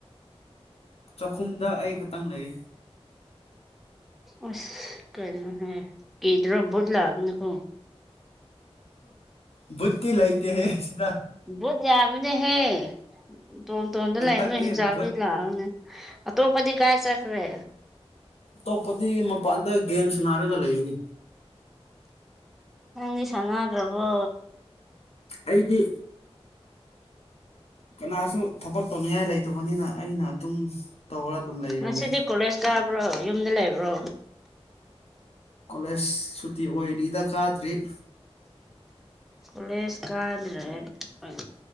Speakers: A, on the left; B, in the centre.
A: ꯆꯥꯛꯈꯨꯝꯗ ꯑꯩ ꯈꯛꯇꯪ ꯂꯩ
B: ꯑꯁ ꯀꯔꯤꯅꯣꯅꯦ ꯀꯤꯗꯔꯣ ꯄꯨꯠ ꯂꯥꯛꯒꯅꯤꯀꯣ
A: ꯄꯨꯠꯇꯤ ꯂꯩꯇꯦꯌꯦ ꯁꯤꯗ
B: ꯕꯨꯠ ꯌꯥꯝꯃꯤꯅꯦꯍꯦ ꯇꯣꯟ ꯇꯣꯝꯗ
A: ꯍꯟꯇꯛꯇꯤ
B: ꯂꯩ ꯅꯣꯏ ꯍꯤ <inaudible> ꯡꯖꯥ
A: ꯕꯨꯠ
B: ꯐꯩ ꯂꯥꯛꯑꯒꯅꯦ ꯑꯇꯣꯞꯕꯗꯤ ꯀꯥꯏ ꯆꯠꯈ꯭ꯔꯦ
A: ꯑꯇꯣꯞꯄꯗꯤ ꯃꯄꯥꯟꯗ ꯒꯦꯝꯁ ꯅꯥꯔꯒ ꯂꯩꯅꯦ
B: ꯅꯪꯗꯤ ꯁꯥꯟꯅꯗ꯭ꯔꯕꯣ
A: ꯑꯩꯗꯤ ꯀꯅꯥꯁꯨ ꯊꯕꯛ ꯇꯧꯅꯤꯡꯉꯥꯏ ꯂꯩꯇꯕꯅꯤꯅ ꯑꯩꯅ ꯑꯗꯨꯝ ꯇꯧꯔ ꯑꯗꯨꯝ ꯂꯩꯔꯕꯅꯦ
B: ꯉꯁꯤꯗꯤ ꯀꯣꯂꯦꯖ ꯀꯥꯕ꯭ꯔꯣ ꯌꯨꯝꯗ ꯂꯩꯕ꯭ꯔꯣ
A: ꯀꯣꯂꯦꯖ ꯁꯨꯇꯤ ꯑꯣꯏꯔꯤꯗ ꯀꯥꯗ꯭ꯔꯤ
B: ꯀꯂꯦꯁ ꯀꯥꯗ꯭ꯔꯦ ꯍꯣꯢ